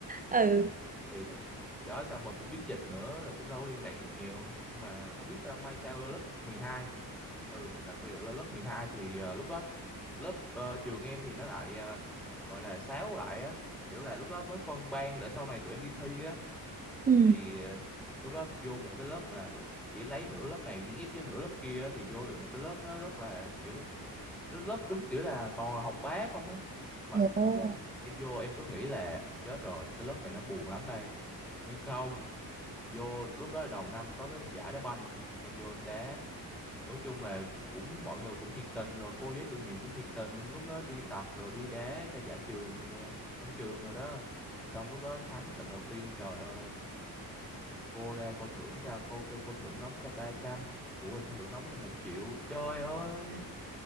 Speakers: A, on the right; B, in the centre.
A: Ừ.
B: thì đó thì đó xong rồi cũng dính dịch nữa rồi cũng đâu có liên lạc được nhiều nhưng mà không biết sao may sao lên lớp 12 ừ đặc biệt là lên lớp 12 thì ờ, lúc đó lớp ờ, trường em thì nó lại ờ, gọi là sáo lại á kiểu là lúc đó mới phân ban để sau này tụi em đi thi á
A: Ừ.
B: thì ờ, lúc đó vô một cái lớp là chỉ lấy nửa lớp này ghép với nửa lớp kia á, thì vô được một cái lớp nó rất là kiểu nó lớp đúng kiểu là toàn là học bá không ấy mà lúc
A: Ồ.
B: đó em vô em cứ nghĩ là chết rồi cái lớp này nó buồn lắm đây nhưng không vô lúc đó là đầu năm có cái giải đá banh em vô em đá nói chung là cũng mọi người cũng nhiệt tình rồi cô giáo chủ nhiệm cũng nhiệt tình lúc đó đi tập rồi đi đá cho giải trường ờ, trong trường rồi đó xong lúc đó thắng trận đầu tiên trời ơi cô ra cô thưởng cho cô kêu cô thưởng nóng cho ba trăm phụ huynh thưởng nóng cho một triệu trời ơi